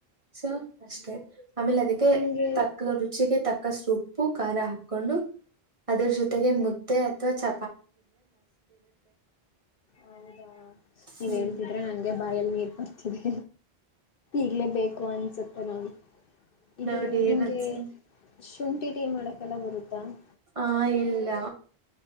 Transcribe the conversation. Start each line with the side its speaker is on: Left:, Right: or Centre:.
Right: ಸೊ ಅಷ್ಟೇ ಆಮೇಲೆ ಅದಕ್ಕೆ
Left: ನಿಮ್ಗೆ
Right: ತಕ್ಕ ರುಚಿಗೆ ತಕ್ಕ ಸೊಪ್ಪು ಖಾರ ಹಾಕೊಂಡು ಅದ್ರ ಜೊತೆಗೆ ಮುದ್ದೆ ಅಥವಾ ಚ
Left: ಹೌದಾ ನೀವ್
Right: ಹ್ಮ್
Left: ಹೇಳ್ತಿದ್ರೆ ನಂಗೆ ಬಾಯಲ್ಲಿ ನೀರ್ ಬರ್ತಿದೆ ಇರ್ಲೇಬೇಕೇಕು ಅನ್ಸುತ್ತೆ ನಾು ಇದು
Right: ನೋಡಿ
Left: ನಿಮ್ಗೆ
Right: ಒಂದ್ಸಲ
Left: ಶುಂಠಿಟ ಮಾಡಕಲ್ಲ ಬರುತ್ತೆ ದ
Right: ಆ ಇಲ್ಲ